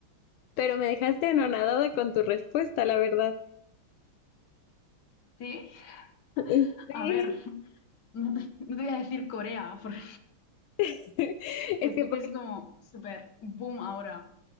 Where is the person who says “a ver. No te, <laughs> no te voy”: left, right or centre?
Left